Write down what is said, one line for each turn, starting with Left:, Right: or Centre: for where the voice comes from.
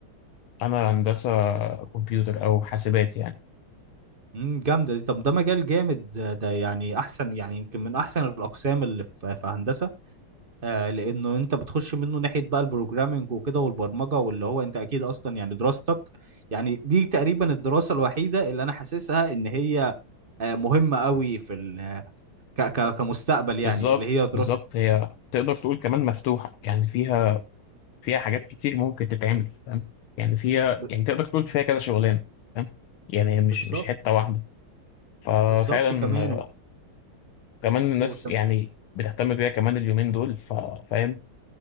Left: انا هندسه كمبيوتر او حاسبات يعني
Right: امم جامده دي طب ده مجال جامد ده ده يعني احسن يعني يمكن من احسن الاقسام اللي في في هندسه آه لانه انت بتخش منه ناحيه بقى البروجرامينج وكده والبرمجه واللي هو انت اكيد اصلا يعني دراستك يعني دي تقريبا الدراسه الوحيده اللي انا حاسسها ان هي آه مهمه قوي في ال ك ك كمستقبل يعني
Left: بالظبط
Right: اللي هي دراسه
Left: بالظبط هي تقدر تقول كمان مفتوحه يعني فيها فيها حاجات كتير ممكن تتعمل فاهم يعني فيها
Right: ب-
Left: يعني تقدر تقول فيها كذا شغلانه فاهم يعني هي مش
Right: بالظبط
Left: مش حته واحده ففعلا
Right: بالظبط كمان و-
Left: كمان الناس
Right: وكم...
Left: يعني بتهتم بيها كمان اليومين دول ف- فاهم